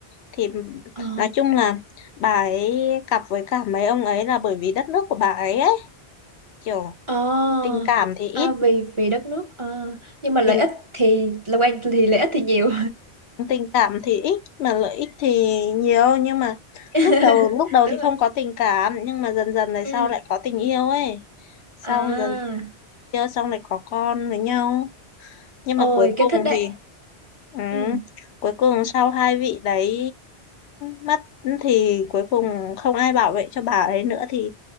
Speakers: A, on the left (about 75°); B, on the right (about 35°).
A: thì
B: Ờ,
A: nói chung là bà ấy cặp với cả mấy ông ấy là bởi vì đất nước của bà ấy ấy kiểu
B: ờ,
A: tình cảm thì ít
B: à, vì vì đất nước ờ, nhưng mà lợi
A: tình
B: ích thì là quan thì lợi ích thì nhiều
A: tình cảm thì ít mà lợi ích thì nhiều nhưng mà
B: <laughs>
A: lúc Ừ. đầu lúc đầu
B: đúng
A: thì
B: rồi
A: không có tình cảm nhưng mà dần dần này
B: ừ
A: sau lại có tình yêu ấy sau
B: à
A: dần yêu xong lại có con với nhau nhưng
B: Ôi,
A: mà cuối cùng
B: cái thích đấy.
A: thì Ừ.
B: Ừ.
A: Cuối cùng sau hai vị đấy mất thì cuối cùng không ai bảo vệ cho bà ấy nữa thì